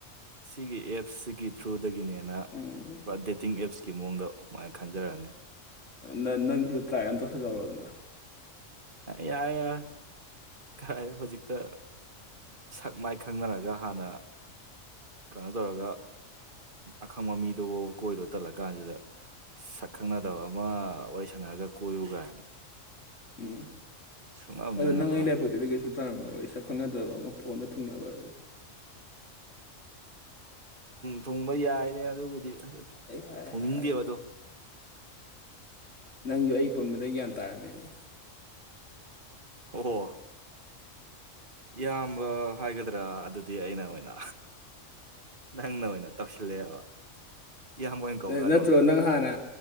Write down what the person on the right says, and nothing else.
ꯁꯤꯒꯤ ꯑꯦꯞꯁꯤꯒꯤ ꯊ꯭ꯔꯨ ꯑꯗꯨ ꯗꯒꯤꯅꯦꯅ
ꯄꯨꯔꯥ ꯗꯦꯇꯤꯡ ꯑꯦꯞꯁꯀꯤ ꯃꯑꯣꯡꯗ ꯑꯗꯨꯨꯃꯥꯏꯅ ꯈꯟꯖꯔꯛꯑꯅꯤ
ꯌꯥ ꯌꯥ ꯀꯥꯏ ꯍꯧꯖꯤꯛꯛꯇ ꯁꯛ ꯃꯥꯏ ꯈꯪꯅꯔꯒ ꯍꯥꯟꯅ ꯀꯩꯅꯣ ꯇꯧꯔꯒ ꯑꯈꯪꯕ ꯃꯤꯗꯨꯕꯨ ꯀꯣꯏꯗꯣ ꯇꯜꯂ ꯀꯥꯟꯁꯤꯗꯛ ꯈꯪꯅꯗꯕ ꯑꯃ ꯋꯥꯔꯤ ꯁꯥꯟꯅꯔꯒ ꯀꯣꯏꯌꯨ ꯀꯥꯏꯅ
ꯁꯨꯡꯉꯝ
ꯍꯦꯛ ꯉꯝꯃꯔꯣꯏ
ꯊꯣꯡꯕ ꯌꯥꯏꯅꯦ ꯑꯗꯨꯕꯨꯗꯤ
ꯊꯣꯡꯅꯤꯡꯗꯦꯕꯗꯣ
ꯍꯣ ꯏꯌꯥꯝꯕ ꯍꯥꯏꯒꯗ꯭ꯔꯥ ꯑꯗꯨꯗꯤ ꯑꯩꯅ ꯑꯣꯏꯅ ꯅꯪꯅ ꯑꯣꯏꯅ ꯇꯧꯁꯤꯜꯂꯛꯑꯦꯕ ꯏꯌꯥꯝꯕ ꯑꯣꯏꯅ ꯀꯧꯔꯥ
ꯅꯉꯣꯟꯗ